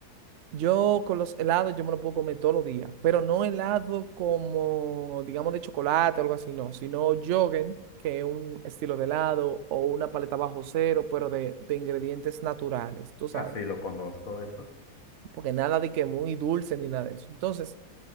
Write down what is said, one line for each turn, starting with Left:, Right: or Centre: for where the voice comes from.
Right: Yo con los helados yo me lo puedo comer todos los días, pero no helado como, digamos, de chocolate o algo así, no, sino Yogen, que es un estilo de helado o una paleta bajo cero, pero de, de ingredientes naturales, tú sabes,
Left: Ah, sí, lo conozco eso.
Right: porque nada de que muy dulce ni nada de eso. Entonces,